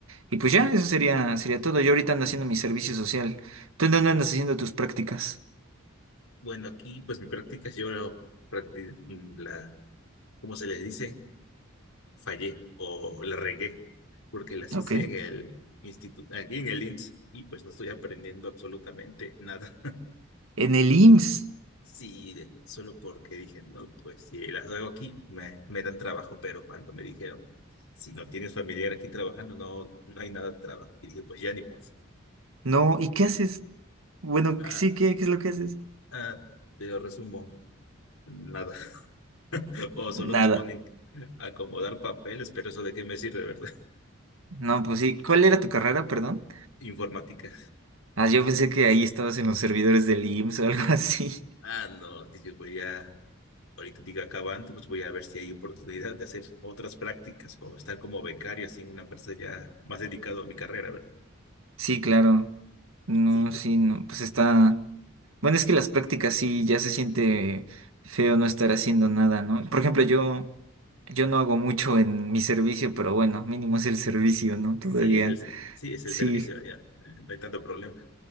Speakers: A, on the right; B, on the left.
A: Y pues ya, eso sería, sería todo. Yo ahorita ando haciendo mi servicio social. ¿Tú en dónde andas haciendo tus prácticas?
B: Bueno, aquí pues mi práctica, yo practi- mm, la, ¿cómo se les dice? fallé o la regué porque las hice
A: Ok.
B: en el instituto, aquí en el INSS y pues no estoy aprendiendo absolutamente nada.
A: En el IMSS.
B: Sí, de- solo porque dije, no, pues si las hago aquí me, me dan trabajo, pero cuando me dijeron, si no tienes familiar aquí trabajando, no, no hay nada de trabajo. Y dije, pues ya ni modo.
A: No, ¿y qué haces? Bueno,
B: Ah,
A: sí, ¿qué, qué es lo que haces?
B: ah, pero resumo, nada. <laughs> O solo
A: Nada.
B: nos ponen a acomodar papeles, pero eso de qué me sirve, ¿verdad?
A: No, pues sí. ¿Cuál era tu carrera, perdón?
B: <laughs> Informática.
A: Ah, yo pensé que ahí estabas en los servidores del IMSS o algo <laughs> así.
B: Ah, no, dije, pues ya. ahorita diga acabando, pues voy a ver si hay oportunidad de hacer otras prácticas o estar como becario así en una empresa ya más dedicado a mi carrera, ¿verdad?
A: Sí, claro. No,
B: Sí, pues,
A: sí, no. Pues está. Bueno, es que las prácticas sí ya se siente feo no estar haciendo nada, ¿no? Por ejemplo, yo, yo no hago mucho en mi servicio, pero bueno, mínimo es el servicio, ¿no? Todavía.
B: sí es el, se- sí es
A: Sí.
B: el servicio, mira, eh, no hay tanto problema.